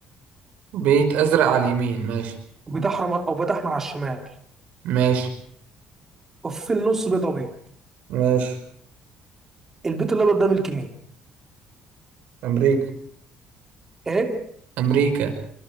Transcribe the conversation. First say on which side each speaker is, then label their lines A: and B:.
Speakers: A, on the right; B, on the right.
A: بيت ازرق على اليمين ماشي
B: وبيت احمر او بيت احمر على الشمال
A: ماشي
B: وفي النص بيت ابيض
A: ماشي
B: البيت الابيض ده ملك مين؟
A: أمريكا
B: ايه؟
A: امريكا